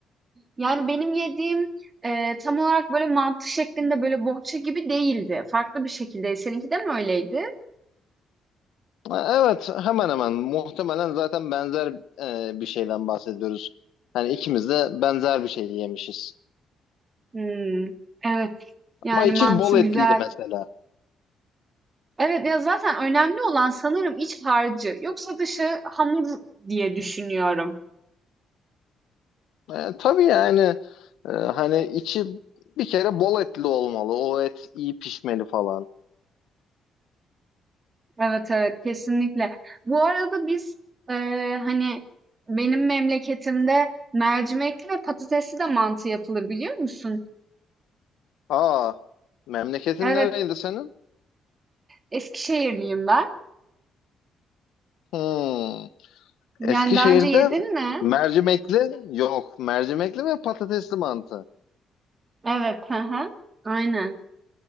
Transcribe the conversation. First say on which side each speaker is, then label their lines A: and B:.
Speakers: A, on the right; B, on the left.
A: Yani benim yediğim, eee, tam olarak böyle mantı şeklinde, böyle bohça gibi değildi. Farklı bir şekildeydi. Seninki de mi öyleydi?
B: Ha, Evet hemen hemen muhtemelen zaten benzer e, bir şeyden bahsediyoruz. Hani ikimiz de benzer bir şey yemişiz.
A: Hmm, Evet. Yani
B: Ama içi
A: mantığı
B: bol etliydi
A: güzeldi.
B: mesela.
A: Evet, ya, zaten önemli olan sanırım iç harcı. Yoksa dışı hamur diye düşünüyorum.
B: E, tabii yani e, hani içi bir kere bol etli olmalı. O et iyi pişmeli falan.
A: Evet, evet, kesinlikle. Bu arada biz, eee, hani, benim memleketimde mercimekli ve patatesli de mantı yapılır biliyor musun?
B: Aa, memleketin
A: Evet,
B: nereydi senin?
A: Eskişehirliyim ben.
B: Hmm,
A: Yani
B: Eskişehir'de
A: daha önce yedin mi?
B: mercimekli yok. Mercimekli ve patatesli mantı.
A: Evet, hı hı. Aynen.